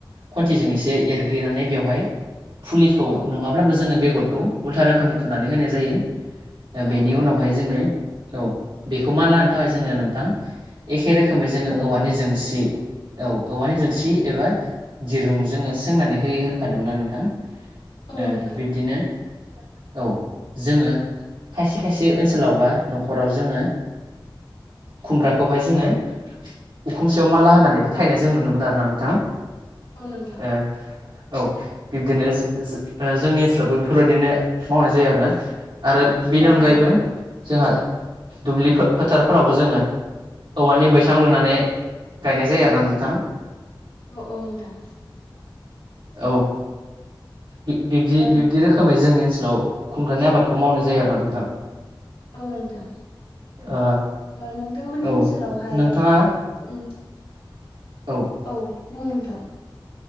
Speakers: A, on the right; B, on the left.
A: खन्थिजों एसे एरग्लिनानै बेवहाय फुलिखौ
B: औ
A: नङाब्लाबो जोङो बेगरखौ उल्था रोखोमै थुनानै होनाय जायो
B: औ
A: बेनि
B: औ
A: उनावहाय जोङो औ बेखौ मानल होनो थाखाय जोङो नोंथां एखे रोखोमै जों
B: औ
A: औवानि
B: नोंथां
A: जोंसि औ औवानि जोंसि एबा दिरुं जोङो सोंनानै होयो होनखादोंमोनना नोंथां
B: औ
A: ओ
B: नोंथां
A: बिब्दिनो औ जोङो खायसे खायसे ओनसोलाव बा न'खराव जोङो खुमब्राखौहाय जोङो उखुमसायाव मानला होनानैबो थायनाय जों नुनो मोन आरोना नोंथां
B: औ नोंथां
A: ए औ बिब्दिनो जोंनि ओनसोलावबो बेफोरबायदिनो मावनाय जायो आरोना आरो बेनि
B: औ
A: अनगायैबो
B: औ
A: जोंहा दुब्लि फोथारफोरावबो जोङो औवानि बैसां लुनानै गायनाय जायो आरोना नोंथां।
B: अ अ नोंथां
A: ओऔ बिब्दि
B: ओ
A: बिब्दि रोखोमै जोंनि ओनसोलाव खुमब्रानि आबादखौ मावनाय जायो आरोना नोंथां
B: औ नोंथां
A: ओ
B: ओ नोंथांमोननि
A: औ
B: ओनसोलावहाय
A: नोंथाङा
B: उम
A: औ।
B: औ बुं नोंथां।